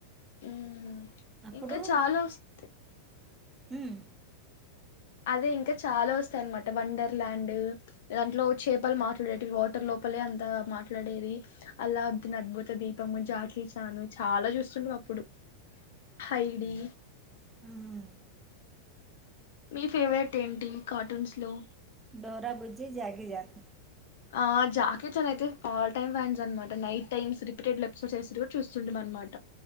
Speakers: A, on the left (about 65°); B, on the right (about 20°).
A: ఉమ్
B: అప్పుడు
A: ఇంకా చాలా వస్తుంది
B: ఉమ్
A: అదే ఇంకా చాలా వస్తాయి అన్నమాట వండర్ ల్యాండ్ దాంట్లో చేపలు మాట్లాడేటవి వాటర్ లో పలే అంతాగ మాట్లాడేవి అల్లవుద్ధిన్ అద్భుత దీపము, జాకిచాను చాలా చూస్తుండవ అప్పుడు హైడి
B: హ్మ్.
A: మీ ఫేవరెట్ ఏంటి కార్టూన్స్ లో?
B: డోరాబుజ్జి, జాకిచాన్
A: ఆ జాకేచాన్ అయితే ఆల్ టైమ్ ఫ్యాన్స్ అనమాట. నైట్ టైమ్స్ రిపీటెడ్ ఎపిసోడ్స్ చేస్తు చూస్తుండ మనమాట